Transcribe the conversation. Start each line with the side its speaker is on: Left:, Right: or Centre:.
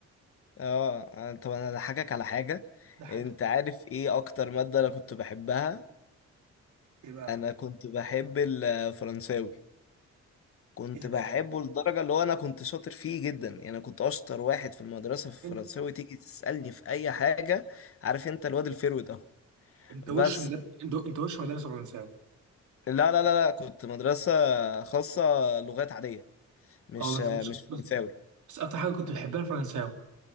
Left: اه أنا- طب انا هضحكك على حاجة
Right: ده حاجه
Left: انت عارف ايه اكتر مادة انا كنت بحبها
Right: ايه بقى
Left: انا كنت بحب الفرنساوي كنت
Right: ايه
Left: بحبه
Right: ده
Left: لدرجة اللي هو انا كنت شاطر فيه جدا يعني انا كنت اشطر واحد في المدرسة في الفرنساوي
Right: انت
Left: تيجي تسألني في اي حاجة عارف انت الواد الفيرود اهو
Right: انت
Left: بس
Right: وش مدرسه انت أنت وش مدرسه فرنساوي
Left: لا لا لا لا كنت مدرسة خاصة لغات عادية مش
Right: اه بس
Left: مش
Right: كنت
Left: فرنساوي
Right: بس اكتر حاجه كنت بحبها الفرنساوي